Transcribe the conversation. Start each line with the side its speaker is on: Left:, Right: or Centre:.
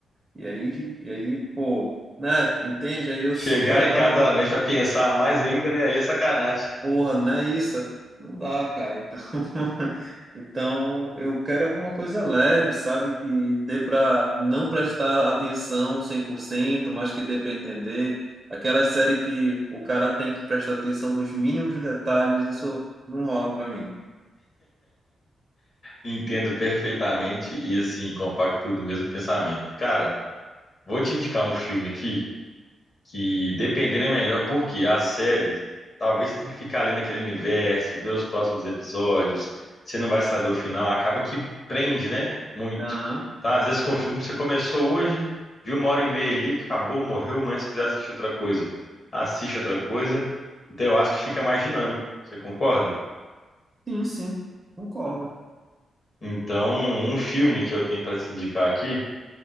Right: E aí, e aí, pô, né? Entende? Aí eu
Left: chegar
Right: só quero
Left: em
Right: dar
Left: casa
Right: uma
Left: à noite pra pensar mais ainda, né? Aí é sacanagem.
Right: Porra, não é isso? Não dá, cara. Então, <laughs> então eu quero alguma coisa leve, sabe? Que dê pra não prestar atenção 100%, mas que dê pra entender. Aquela série que o cara tem que prestar atenção nos mínimos detalhes, isso não rola pra mim.
Left: Entendo perfeitamente e assim, compacto tudo o mesmo pensamento. Cara, vou te indicar um filme aqui que dependendo é melhor, porque a série, talvez você tenha que ficar ali naquele universo, ver os próximos episódios, você não vai saber o final, acaba que prende, né? Muito.
Right: Aham.
Left: Tá? Às vezes com o filme você começou hoje, viu uma hora e meia ali, acabou, morreu, mas se quiser assistir outra coisa, assiste outra coisa. Então eu acho que fica mais dinâmico, você concorda?
Right: Sim, sim. Concordo.
Left: Então, um filme que eu tenho para te indicar aqui